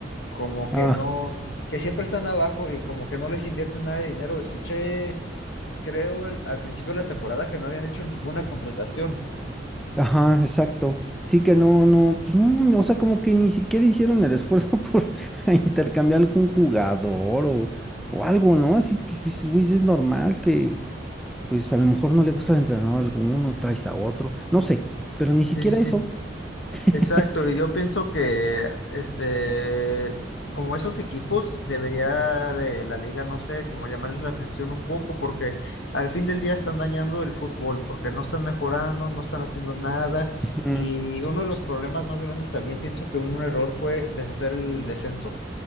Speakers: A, on the left; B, in the centre.
A: como que
B: Ah,
A: no, que siempre están abajo y como que no les invierten nada de dinero. Escuché, creo, el- al principio de la temporada que no habían hecho ninguna contratación.
B: ajá, exacto. Sí que no, no, pues no, no, o sea, como que ni siquiera hicieron el esfuerzo <laughs> por intercambiar algún jugador o, o algo, ¿no? Así, pues dices, güey, es normal que, pues a lo mejor no le gusta al entrenador alguno, traes a otro, no sé, pero ni siquiera
A: Sí, sí, sí.
B: eso. <laughs>
A: Exacto. Y yo pienso que, este, como esos equipos, debería de la liga, no sé, como llamarles la atención un poco, porque al fin del día están dañando el fútbol, porque no están mejorando, no están haciendo nada.
B: Ujú,
A: Y uno de los problemas más grandes también pienso que un error fue deshacer el descenso.